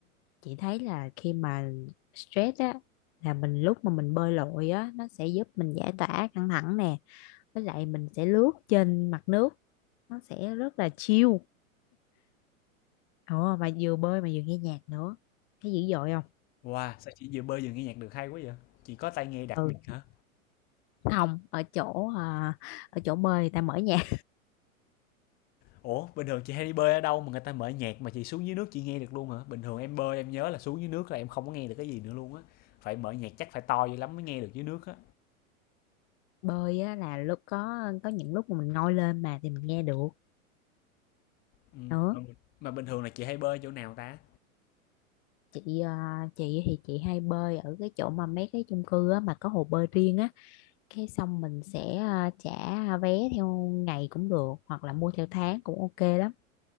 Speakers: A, on the left (about 50°); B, on the left (about 25°).
A: chị thấy là khi mà stress á là mình lúc mà mình bơi lội á nó sẽ giúp mình giải tỏa căng thẳng nè với lại mình sẽ lướt trên mặt nước nó sẽ rất là chill ồ mà vừa bơi mà vừa nghe nhạc nữa thấy dữ dội
B: Wow, sao chị vừa bơi vừa nghe nhạc được hay quá vậy? Chị có tai nghe đặc
A: không
B: biệt hả?
A: không ở chỗ à, ở chỗ bơi người ta mở nhạc
B: Ủa, bình thường chị hay đi bơi ở đâu mà người ta mở nhạc mà chị xuống dưới nước chị nghe được luôn hả? Bình thường em bơi em nhớ là xuống dưới nước là em không có nghe được cái gì nữa luôn á. Phải mở nhạc chắc phải to dữ lắm mới nghe được dưới nước á.
A: <laughs> bơi á, là lúc có có những lúc mà mình ngồi lên mà thì mình nghe được
B: Ừ.
A: nữa
B: Mà, mà bình thường là chị hay bơi chỗ nào ta?
A: chị à, chị thì chị hay bơi ở cái chỗ mà mấy cái chung cư á, mà có hồ bơi riêng á cái xong mình sẽ à, trả vé theo ngày cũng được hoặc là mua theo tháng cũng ok lắm